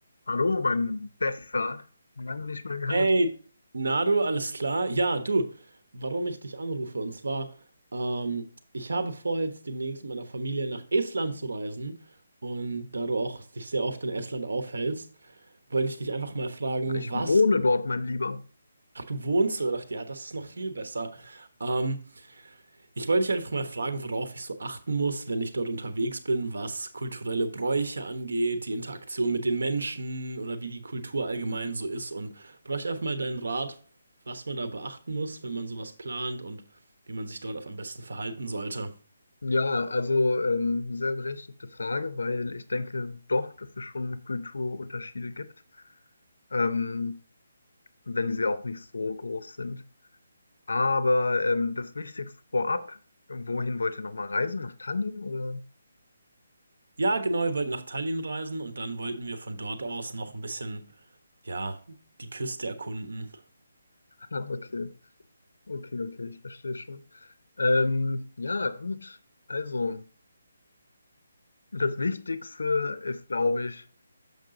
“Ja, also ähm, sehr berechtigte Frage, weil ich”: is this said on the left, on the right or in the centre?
Left